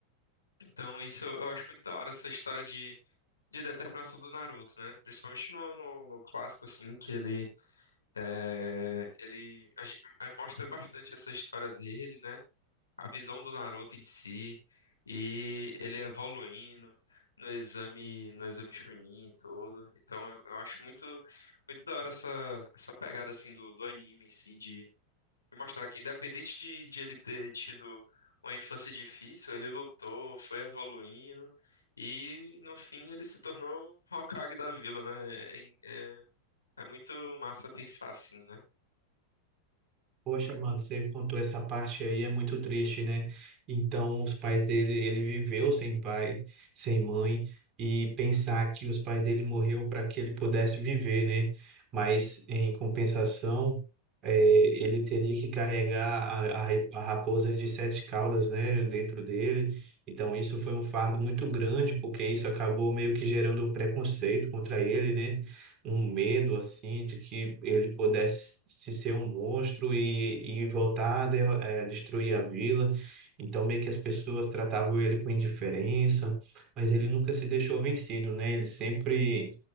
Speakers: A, on the left; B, on the right.
A: Então isso eu eu acho muito da hora, essa história de, de determinação do Naruto, né? Principalmente no, no, no clássico, assim, que ele é, ele a gente- é, mostra bastante essa história dele, né? A visão do Naruto em si e ele evoluindo no exame, no exame Chunin e tudo. Então eu, eu acho muito muito da hora essa essa pegada assim do, do anime em si de, de mostrar que independente de, de ele ter tido uma infância difícil, ele lutou, foi evoluindo e no fim ele se tornou Hokage da vila, né? É, é, é muito massa pensar assim, né?
B: Poxa, mano, você contou essa parte aí, é muito triste, né? Então, os pais dele, ele viveu sem pai, sem mãe, e pensar que os pais dele morreu para que ele pudesse viver, né? Mas, em compensação, eh, ele teria que carregar a, a, re- a raposa de sete caudas, né, dentro dele. Então, isso foi um fardo muito grande, porque isso acabou meio que gerando preconceito contra ele, né? um medo assim de que ele pudesse se ser um monstro e, e voltar a de- eh, destruir a vila. Então meio que as pessoas tratavam ele com indiferença, mas ele nunca se deixou vencido, né? Ele sempre